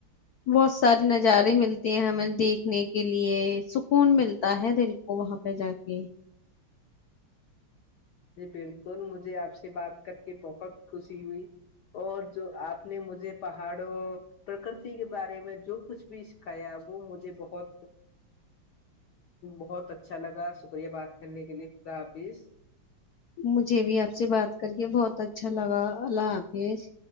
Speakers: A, on the left; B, on the left.
A: بہت ساری نظارے ملتے ہیں ہمیں دیکھنے کے لیے سکون ملتا ہے دل کو وہاں پہ جا کے
B: جی بالکل مجھے آپ سے بات کر کے بہت خوشی ہوئی اور جو آپ نے مجھے پہاڑوں پرکرتی کے بارے میں جو کچھ بھی سکھایا وہ مجھے بہت بہت اچھا لگا شکریہ بات کرنے کے لیے خدا حافظ
A: مجھے بھی آپ سے بات کر کے بہت اچھا لگا اللہ حافظ